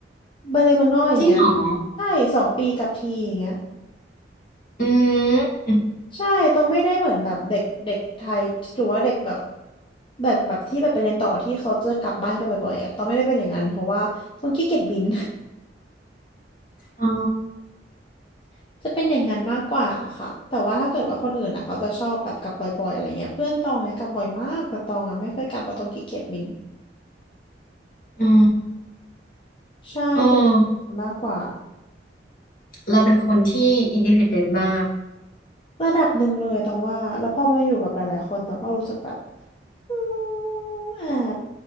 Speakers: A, on the left (about 30°); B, on the left (about 50°).
A: ไปเลยเมืองนอกอย่างเงี้ย
B: จริงเหรอ
A: ใช่สองปีกลับทีอย่างเงี้ย
B: อืม
A: ใช่ตรงไม่ได้เหมือนแบบเด็กเด็กไทยหรือว่าเด็กแบบแบบแบบที่แบบไปเรียนต่อที่เขาจะกลับบ้านกันบ่อยๆอ่ะตองไม่ได้เป็นอย่างนั้นเพราะว่าตองขี้เกียจบิน
B: อ๋อ
A: <laughs> จะเป็นอย่างนั้นมากกว่าค่ะแต่ว่าถ้าเกิดว่าคนอื่นอ่ะเขาจะชอบแบบกลับบ่อยๆอะไรเงี้ยเพื่อนตองไงกลับบ่อยมากแต่ตองอ่ะไม่ค่อยกลับเพราะตองขี้เกียจบิน
B: อ๋อ
A: ใช่จะเป็นอย่างนั้นมากกว่า
B: เออเราเป็นคนที่อินดิเพนเดนต์มาก
A: ระดับหนึ่งเลยอะตองว่าแล้วพอมาอยู่กับหลายๆคนตองก็รู้สึกแบบอืมแอบ